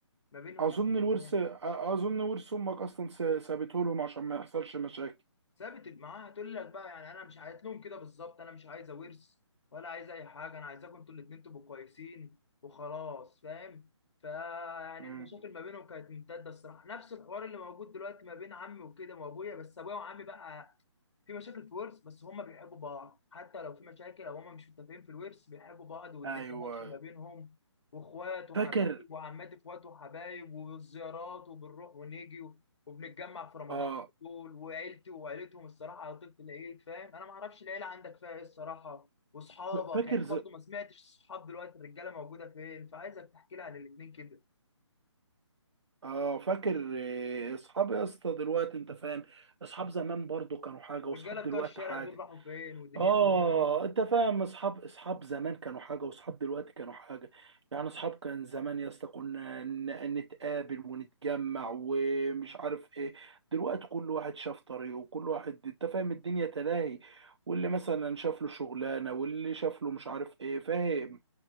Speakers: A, on the left; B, on the right.
A: ما بينهم
B: اظن
A: هما الاثنين
B: الورث أ- اظن ورث امك اصلا س- سابته لهم عشان ما يحصلش مشاكل
A: ثابت معاها هتقول لك بقى يعني انا مش قالت لهم كده بالظبط انا مش عايزه ورث ولا عايزه اي حاجه انا عايزاكم انتوا الاتنين تبقوا كويسين وخلاص فاهم فيعني
B: مم.
A: المشاكل ما بينهم كانت ممتده الصراحه نفس الحوار اللي موجود دلوقتي ما بين عمي وكده وابويا بس ابويا وعمي بقى في مشاكل في ورث بس هما بيحبوا بعض حتى لو في مشاكل او هما مش متفقين في الورث بيحبوا بعض والدنيا
B: ايوه
A: ماشيه ما بينهم واخوات وحبايب
B: فاكر
A: وعمات اخوات وحبايب والزيارات وبنروح ونيجي و- وبنتجمع في رمضان
B: اه
A: على طول وعيلتي وعيلتهم الصراحه على طول في العيد فاهم انا ما اعرفش العيله عندك فيها ايه الصراحه واصحابك
B: فاكر
A: يعني انا برضو ما سمعتش الصحاب دلوقتي الرجاله موجوده فين فعايزك تحكي لي عن الاثنين كده
B: اه فاكر آه، اصحاب يا اسطى دلوقتي انت فاهم اصحاب زمان برضو كانوا حاجه
A: الرجاله
B: واصحاب
A: بتوع
B: دلوقتي
A: الشارع
B: حاجه
A: دول راحوا فين ودنيتهم
B: اه
A: ايه
B: انت فاهم اصحاب اصحاب زمان كانوا حاجه واصحاب دلوقتي كانوا حاجه يعني اصحاب كان زمان يا اسطى كنا ن- نتقابل ونتجمع ومش عارف ايه دلوقتي كل واحد شاف طريقه وكل واحد انت فاهم الدنيا تلاهي واللي مثلا شاف له شغلانه واللي شاف له مش عارف ايه فاهم